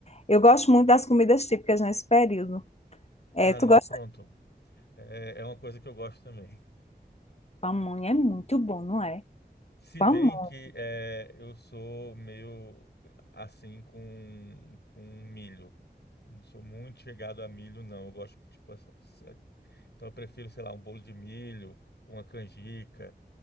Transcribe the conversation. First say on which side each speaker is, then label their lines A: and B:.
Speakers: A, on the left; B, on the left.
A: Eu gosto muito das comidas típicas nesse período. É,
B: Ah,
A: tu
B: não-
A: gosta?
B: pronto. É, é uma coisa que eu gosto também.
A: Pamonha é muito bom, não é?
B: Se
A: Pamonha.
B: bem que é, eu sou meio assim com, com milho. Não sou muito chegado a milho, não. Eu gosto, tipo, assim, então eu prefiro, sei lá, um bolo de milho, uma canjica.